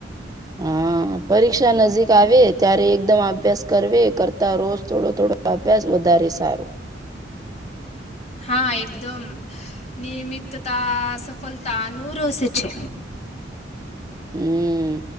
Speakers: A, on the right; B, on the left.
A: હા પરીક્ષા નજીક આવે ત્યારે એકદમ અભ્યાસ કર કરતા રોજ થોડો થોડો અભ્યાસ વધારે સારો
B: હા એકદમ નિયમિતતા સફળતાનું રહસ્ય છે
A: હમ